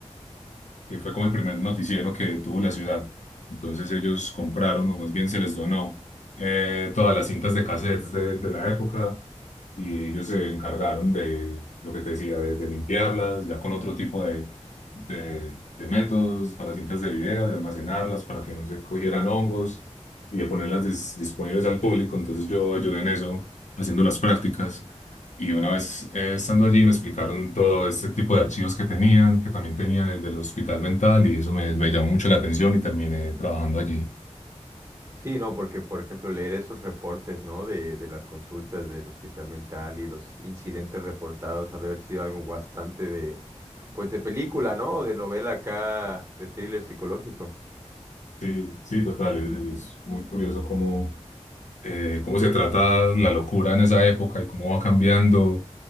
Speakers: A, on the left; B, on the right.
A: que fue como el primer noticiero que tuvo la ciudad. Entonces ellos compraron, o más bien se les donó, eh, todas las cintas de cassettes de, de la época y ellos se encargaron de lo que te decía, de, de limpiarlas, ya con otro tipo de, de, de métodos para cintas de video, de almacenarlas para que no se cogieran hongos y de ponerlas dis- disponibles al público. Entonces yo ayudé en eso, haciendo las prácticas. Y una vez eh, estando allí me explicaron todo este tipo de archivos que tenían, que también tenían
B: sí.
A: el del hospital mental y eso me, me llamó mucho la atención y terminé trabajando allí.
B: Sí, no, porque por ejemplo leer esos reportes, ¿no? De, de las consultas del hospital mental y los incidentes reportados han de haber sido algo bastante de, pues de película, ¿no? De novela acá, de thriller psicológico.
A: Sí, sí, total, es, es muy curioso cómo eh, cómo se trata la locura en esa época y cómo va cambiando,